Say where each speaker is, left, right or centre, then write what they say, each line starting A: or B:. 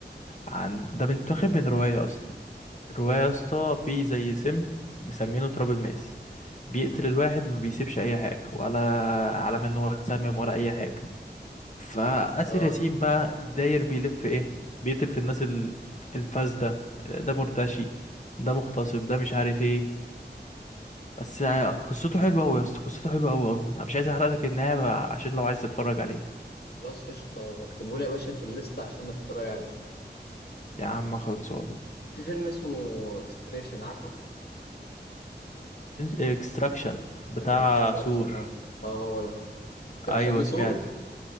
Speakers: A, on the left; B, on the left.
A: عن ده متاخد من روايه اصلا رواية
B: إيه؟
A: يا اسطى في زي سم مسمينه تراب الماس بيقتل الواحد ما بيسيبش اي حاجة ولا علامة ان هو اتسمم ولا اي حاجة فاسر
B: اه
A: ياسين بقى داير بيلف ايه بيقتل في الناس ال- الفاسدة ده مرتشي ده مغتصب ده مش عارف ايه بس قصته حلوة اوي يا اسطى قصته حلوة اوي اوي انا مش عايز احرق لك النهاية بقى عشان لو عايز تتفرج عليه
B: خلاص قشطة بكتبه لي يا باشا في الليستة عشان اتفرج عليه
A: يا عم خلصان
B: في فيلم اسمه اكستريشن عارفه
A: اكستراكشن بتاع
B: اكستراكشن
A: سور
B: اه اه هو ده انت مسميه
A: ايوه سمعت
B: سور